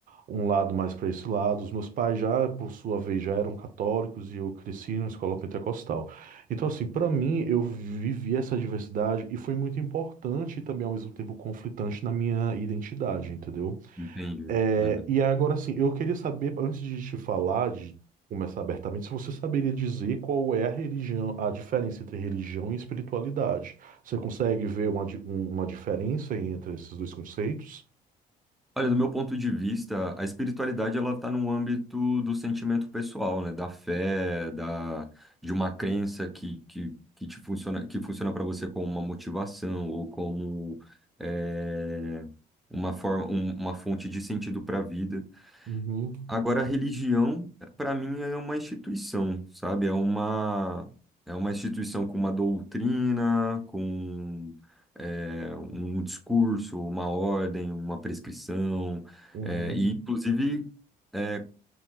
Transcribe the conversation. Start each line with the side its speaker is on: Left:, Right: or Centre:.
Right: um lado mais para esse lado. Os meus pais já, por sua vez, já eram católicos e eu cresci na escola pentecostal. Então, assim, para mim, eu vivi essa diversidade e foi muito importante e também, ao mesmo tempo, conflitante na minha identidade, entendeu?
Centre: Entendi.
Right: É,
Centre: Uhum.
Right: e agora, assim, eu queria saber, antes de te falar, de começar abertamente, se você saberia dizer qual é a religião, a diferença entre religião e espiritualidade. Você consegue ver uma, di- um- uma diferença entre esses dois conceitos?
Centre: Olha, do meu ponto de vista, a espiritualidade ela está no âmbito do sentimento pessoal, né? Da fé, da, de uma crença que, que, que te funciona, que funciona para você como uma motivação ou como é, uma forma, um- uma fonte de sentido para a vida.
Right: Uhum.
Centre: Agora, a religião, para mim, é uma instituição, sabe? É uma, é uma instituição com uma doutrina, com é, um discurso, uma ordem, uma prescrição,
Right: Uhum.
Centre: é, e, inclusive, é,